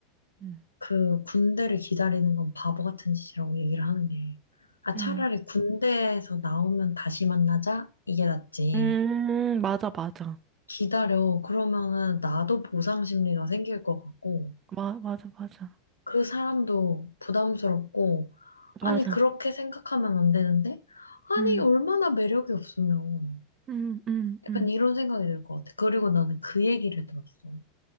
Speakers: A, on the right (about 30°); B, on the left (about 80°).
A: 음,
B: 그 군대를 기다리는 건 바보 같은 짓이라고 얘기를 하는 게. 아, 차라리
A: 음,
B: 군대에서 나오면 다시 만나자? 이게 낫지.
A: 음, 맞아, 맞아.
B: 기다려. 그러면은 나도 보상 심리가 생길 것 같고,
A: 마, 맞아, 맞아.
B: 그 사람도 부담스럽고, 아니,
A: 맞아.
B: 그렇게 생각하면 안 되는데? 아니,
A: 음,
B: 얼마나 매력이 없으면.
A: 음, 음,
B: 약간
A: 음,
B: 이런 생각이 들 것 같아. 그리고 나는 그 얘기를 들었어.